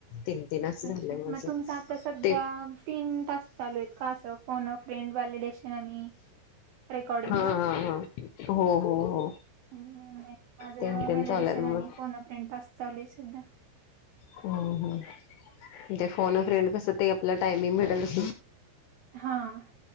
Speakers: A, on the left (about 80°); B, on the right (about 75°).
A: तीन- तीन असं
B: अच्छा
A: झालंय माझं
B: मग तुमच आता सध्या
A: ते
B: तीन टास्क चालू आहेत का असं फोना फ्रेंड वॉलिडेश ना आणि रेकॉर्डिंगचा
A: हा- हा - हा. हो - हो - हो.
B: हम्म नाही माझं
A: तेन तेन
B: व्हॅलिडेशन
A: चालेल मग.
B: आणि फोना फ्रेंड टास्क चालू आहे सध्या.
A: हम्म - हम्म. म्हणजे फोन फ्रेंड कस ते आपला टायमिंग भेटल अस?
B: हा.